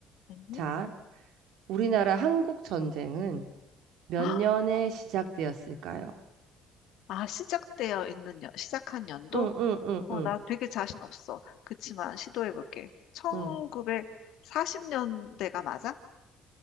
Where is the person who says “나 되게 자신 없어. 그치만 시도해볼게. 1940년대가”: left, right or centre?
Left